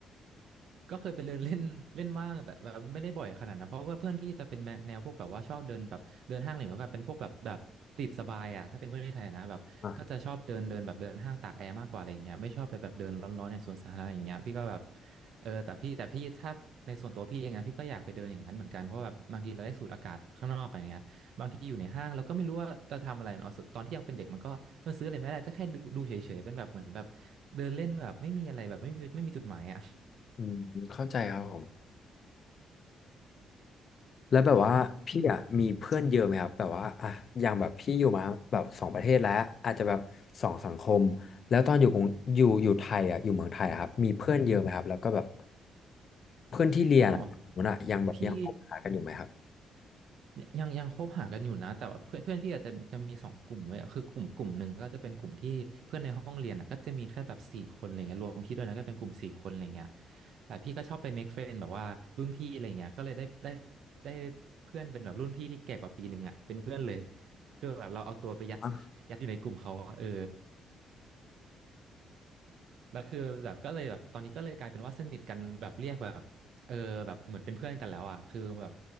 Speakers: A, on the right (about 70°); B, on the left (about 50°).
A: ก็เคยไปเดินเล่น <laughs> เล่นบ้างแต่แบบไม่ได้บ่อยขนาดนั้นเพราะว่าเพื่อนพี่จะเป็นแนวแนวพวกแบบว่าชอบเดินแบบเดินห้างอะไรแบบเป็นพวกแบบแบบติดสบายอ่ะถ้าเป็นเพื่อนที่ไทยนะแบบก็จะชอบเดินเดินแบบเดินห้างตากแอร์มากกว่าอะไรอย่างเงี้ยไม่ชอบไปแบบเดินร้อนๆอย่างสวนสาธารณะอย่างเงี้ยพี่ก็แบบ
B: อ่ะ
A: เออแต่พี่แต่พี่ถ้าในส่วนตัวพี่เองนะพี่ก็อยากไปเดินอย่างนั้นเหมือนกันเพราะแบบบางทีเราได้สูดอากาศข้างนอกอะไรเงี้ยบางทีอยู่ในห้างเราก็ไม่รู้ว่าจะทำอะไรเนาะตอนที่ยังเป็นเด็กมันก็มันซื้ออะไรไม่ได้ก็แค่ดูดูเฉยๆเป็นแบบเหมือนแบบเดินเล่นแบบไม่มีอะไรแบบไม่มีไม่มีจุดหมายอ่ะ
B: อืมเข้าใจครับผม แล้วแบบว่าพี่อ่ะมีเพื่อนเยอะไหมครับแบบว่าอ่ะอย่างแบบพี่อยู่มาแบบสองประเทศแล้วอาจจะแบบสองสังคมแล้วตอนอยู่กรุงอยู่อยู่ไทยอ่ะอยู่เมืองไทยอะครับมีเพื่อนเยอะไหมครับแล้วก็แบบเพื่อนที่เรียนอ่ะผมน่ะยังแบบยังคบหากันอยู่ไหมครับ
A: อ๋อพี่ยังยังคบหากันอยู่นะแต่ว่าเพื่อนเพื่อนพี่อาจจะจะมีสองกลุ่มไว้ยคือกลุ่มกลุ่มหนึ่งก็จะเป็นกลุ่มที่เพื่อนในห้องเรียนอ่ะก็จะมีแค่แบบสี่คนอะไรเงี้ยรวมพี่ด้วยนะก็เป็นกลุ่มสี่คนอะไรเงี้ยแต่พี่ก็ชอบไป make friend แบบว่ารุ่นพี่อะไรเงี้ยก็เลยได้ได้ได้เพื่อนเป็นแบบรุ่นพี่ที่แก่กว่าปีหนึ่งอ่ะเป็นเพื่อนเลยคือแบบเราเอาตัวไปยัด
B: อ่ะ
A: <laughs> ยัดอยู่ในกลุ่มเขาอะเออ แล้วคือแบบก็เลยแบบตอนนี้ก็เลยกลายเป็นว่าสนิทกันแบบเรียกแบบเออแบบเหมือนเป็นเพื่อนกันแล้วอ่ะคือแบบ